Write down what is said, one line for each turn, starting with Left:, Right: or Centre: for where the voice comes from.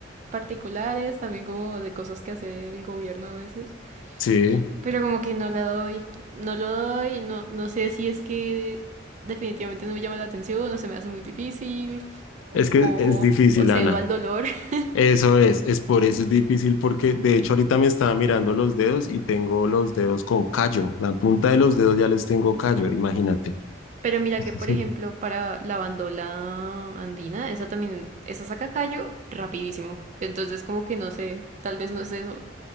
Right: particulares, también como de cosas que hace el gobierno a veces,
Left: sí.
Right: pero como que no la doy, no lo doy, no, no sé si es que definitivamente no me llama la atención, o se me hace muy difícil, o,
Left: Es que es difícil,
Right: o cedo
Left: Ana.
Right: al dolor. <laughs>
Left: Eso es, es por eso es difícil porque de hecho ahorita me estaba mirando los dedos y tengo los dedos con callo. La punta de los dedos ya les tengo callo, imagínate.
Right: Pero mira
Left: <laughs>
Right: que, por ejemplo, para la bandola andina, esa también, esa saca callo rapidísimo. Entonces como que no sé, tal vez no es eso.